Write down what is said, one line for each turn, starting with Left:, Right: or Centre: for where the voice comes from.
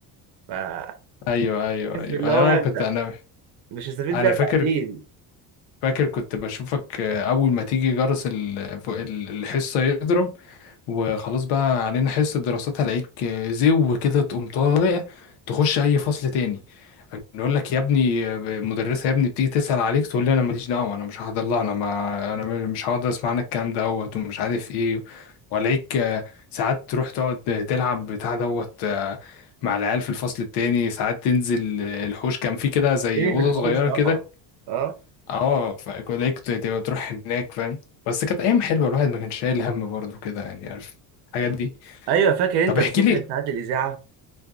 Right: فعارف
Left: ايوه ايوه ايوه
Right: اللي
Left: أيوه،
Right: هو
Left: انا
Right: أنت
Left: كنت انا
Right: مش هستفيد
Left: انا
Right: بيها
Left: فاكر
Right: بعدين
Left: فاكر كنت بشوفك آه، اول ما تيجي جرس ال- فوق ال- الحصه يضرب وخلاص بقى علينا حصة دراسات هلاقيك زو كده تقوم طالع تخش أي فصل تاني نقول لك يا ابني مدرسة يا ابني بتيجي تسأل عليك تقول لي أنا ماليش دعوة أنا مش هحضر لها أنا ما أنا مش هقعد أسمع عنك الكلام دوت ومش عارف إيه وألاقيك ساعات تروح تقعد تلعب بتاع دوت مع العيال في الفصل التاني ساعات تنزل الحوش كان في كده زي
Right: تاني
Left: أوضة
Right: في الحوش
Left: صغيرة
Right: طبعا
Left: كده
Right: اه
Left: اه فليك تبقى تروح هناك فاهم بس كانت ايام حلوه الواحد ما كانش شايل هم برضه كده يعني عارف الحاجات دي
Right: ايوه فاكر انت
Left: طب احكي
Right: الصبح
Left: لي
Right: ساعات الاذاعه